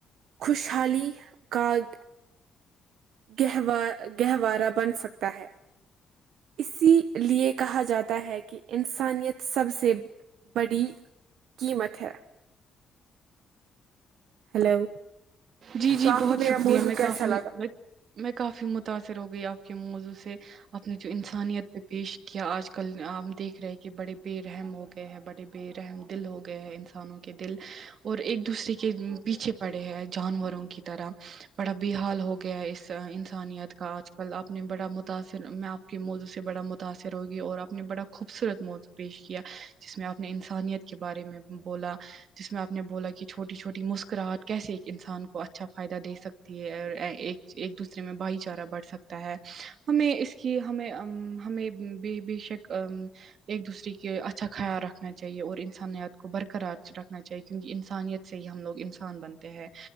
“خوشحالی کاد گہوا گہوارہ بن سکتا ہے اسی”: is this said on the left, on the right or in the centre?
Right